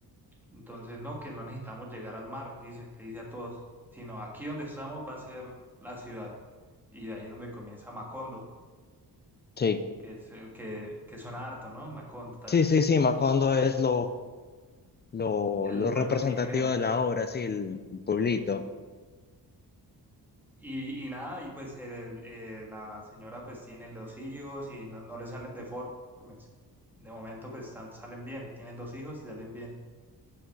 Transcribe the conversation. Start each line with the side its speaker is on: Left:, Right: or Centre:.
Centre: Entonces, no, que no necesitamos llegar al mar, dice, le dice a todos, sino aquí donde estamos va a ser la ciudad. Y de ahí donde comienza Macondo,
Left: Sí,
Centre: que es el que, que suena harto, ¿no? Macondo, tal,
Left: sí, sí, sí, Macondo es lo... lo,
Centre: el
Left: lo
Centre: pueblo
Left: representativo
Centre: que crean.
Left: de la obra, sí, el, el pueblito.
Centre: Y, y nada, y pues el- eh, la señora pues tiene los hijos y no, no le salen deformes. De momento pues están, salen bien, tienen dos hijos y salen bien.